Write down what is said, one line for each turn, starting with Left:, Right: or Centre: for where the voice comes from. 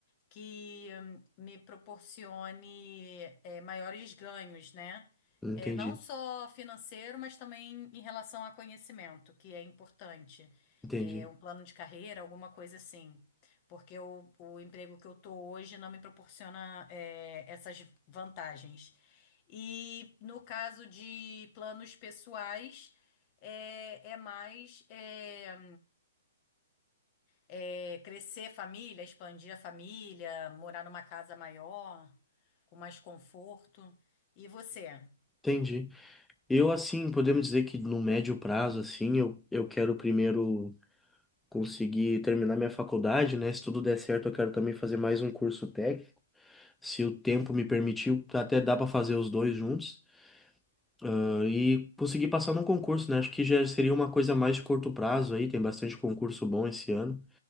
Left: que hum, me proporcione é, maiores ganhos, né?
Centre: Entendi,
Left: É, não só financeiro, mas também em relação a conhecimento, que é importante.
Centre: entendi.
Left: É, um plano de carreira, alguma coisa assim. Porque o, o emprego que eu tô hoje não me proporciona é, essas vantagens. E no caso de planos pessoais, é, é mais. É, é, crescer família, expandir a família, morar numa casa maior, com mais conforto. E você?
Centre: Entendi. Eu assim, podemos dizer que no médio prazo assim, eu, eu quero primeiro conseguir terminar minha faculdade, né? Se tudo der certo, eu quero também fazer mais um curso técnico. Se o tempo me permitir até dá para fazer os dois juntos. Ah, E conseguir passar num concurso, né? Acho que já seria uma coisa mais de curto prazo aí. Tem bastante concurso bom esse ano.